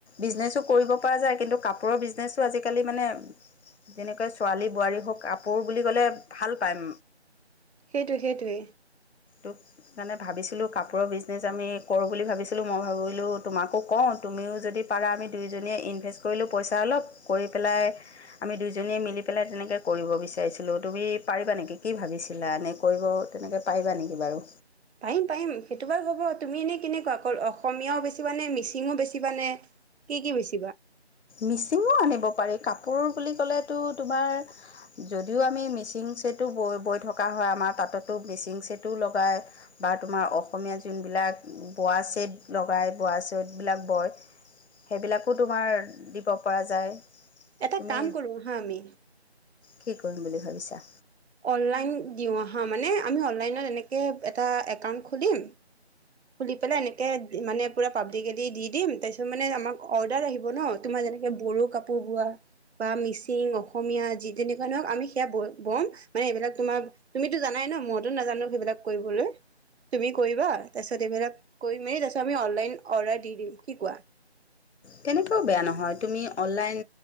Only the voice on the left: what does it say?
বিজনেছো কৰিব পৰা যায় কিন্তু কাপোৰৰ বিজনেছো আজিকালি মানে যেনেকৈ ছোৱালী বোৱাৰী হওক কাপোৰ বুলি ক'লে ভাল পায়
তোক মানে ভাবিছিলো কাপোৰৰ বিজনেছ আমি কৰোঁ বুলি ভাবিছিলো, মই ভাবিলোঁ তোমাকো কওঁ তোক তুমিও যদি পাৰা আমি দুইজনীয়ে ইনভেষ্ট কৰিলোঁ পইচা অলপ কৰি পেলাই আমি দুইজনীয়ে মিলি পেলাই। তেনেকৈ কৰিব বিচাৰিছিলোঁ তুমি পাৰিবা নেকি কি ভাবিছিলা নে কৰিব তেনেকৈ পাৰিবা নেকি। বাৰু।
মিচিঙো আনিব পাৰি কাপোৰ বুলি ক'লেতো তোমাৰ। যদিও আমি মিচিং চেটটো বৈ বৈ থকা হয় আমাৰ তাঁততো মিচিং চেটো লগাই। বা তোমাৰ অসমীয়া যোনবিলাক বোৱা চেট লগাই বোৱা চেটবিলাক বয়। সেইবিলাকো তোমাৰ দিব পৰা যায়।
তুমি
কি কৰিম বুলি ভাবিছা?
তেনেকৈ বেয়া নহয় তুমি অনলাইন